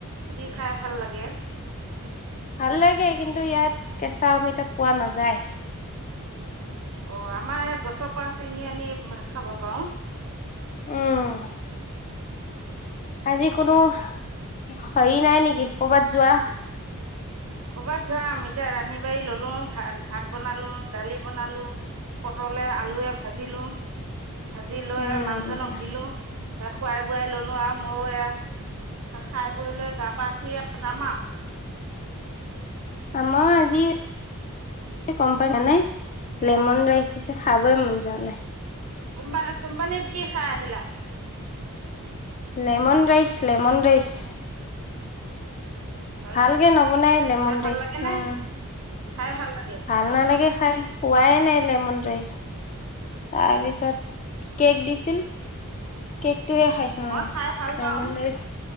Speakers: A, on the right; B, on the left.
A: কুটি খাই ভাল লাগে
B: ভাল লাগে কিন্তু ইয়াত কেঁচা অমিতা পোৱা নাযায়
A: অ আমাৰ গছৰ পৰা ছিঙি আনি খাব পাৰো
B: উম
A: <unintelligible>
B: আজি কোনো হেৰি নাই নেকি কৰ'বাত যোৱা
A: কৰ'বাত যাম এতিয়া ৰান্ধি বাঢ়ি ললো ভাত ভাত বনালো দালি বনালো পটলে আলুৱে ভাজিলো আজি লৈ
B: উম
A: আহে মানুহজনক দিলো এ খুৱাই বোৱাই ললো আৰু মইয়ো এ খাই বৈ লৈ গা পা ধুইয়ে যামা
B: আমাৰ আজি গম পাই কিনেনাই
A: আৰু
B: লেমন ৰাইচ খাবই মন ভালে
A: কোম্পানীত কোম্পানীত কি খাই আহিলা
B: লেমন ৰাইচ লেমন ৰাইচ
A: হয়
B: ভালকে
A: নেকি
B: নবনাই লেমন
A: খাই ভাল
B: ৰাইচ
A: লাগে নে
B: উম
A: খাই ভাল লাগে
B: ভাল নালাগে খাই হোৱাই নাই লেমন ৰাইচ তাৰপিছত কেক দিছিল কেকটোহে খাইছো অ
A: মই খাই ভাল
B: লেমন
A: পাওঁ
B: ৰাইচ